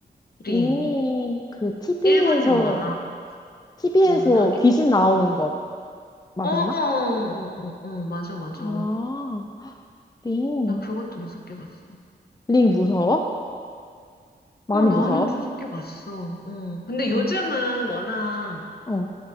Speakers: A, on the left; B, on the left.
A: 링.
B: 링이 그 TV에서
A: 일본 영화, 아,
B: TV에서
A: 모르나?
B: 귀신 나오는 거 맞나?
A: 어, 어, 어, 어, 어, 맞아, 맞아.
B: 아, 링.
A: 나 그것도 무섭게 봤어.
B: 링
A: 응.
B: 무서워? 많이
A: 어, 나는
B: 무서워?
A: 무섭게 봤어. 어. 근데
B: 어,
A: 요즘은 워낙
B: 어.